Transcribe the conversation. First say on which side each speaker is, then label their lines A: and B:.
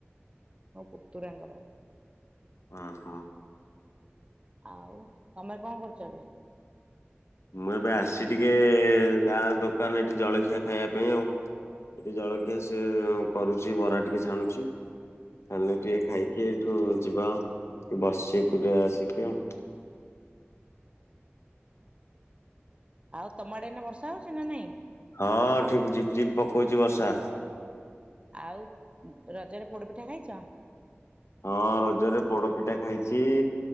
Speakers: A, on the right (about 25°); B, on the left (about 80°).
A: ମୋ ପୁତୁରାଙ୍କର।
B: ଅଁ ହ।
A: ଆଉ ତମେ କଣ କରୁଛ ଏବେ?
B: ମୁଁ ଏବେ ଆସି ଟିକେ ଗାଁ ଦୋକାନ ଏଠି ଜଳଖିଆ ଖାଇବା ପାଇଁ ଆଉ। ଟିକେ ଜଳଖିଆ ସିଏ କରୁଛି ବରା ଟିକେ ଛାଣୁଛି। ହେଲେ ଟିକେ ଖାଇକି ଏଇଠୁ ଯିବା, ଟିକେ ବସଛି ଏକୁଟିଆ ଆସିକି ଆଉ।
A: ଆଉ ତମଆଡ଼େ ଏନା ବର୍ଷା ହେଉଛି ନା ନାଇଁ?
B: ହଁ ଠିପ ଝିପି ଝିପି ପକଉଛି ବର୍ଷା।
A: ଆଉ ରଜରେ ପୋଡ଼ପିଠା ଖାଇଛ?
B: ହଁ ରଜରେ ପୋଡପିଠା ଖାଇଛି